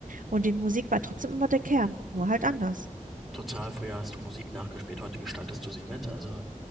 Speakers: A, on the right; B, in the centre.
A: Und die Musik war trotzdem immer der Kern, nur halt anders.
B: total. Früher hast du Musik nachgespielt, heute gestaltest du sie mit. Also.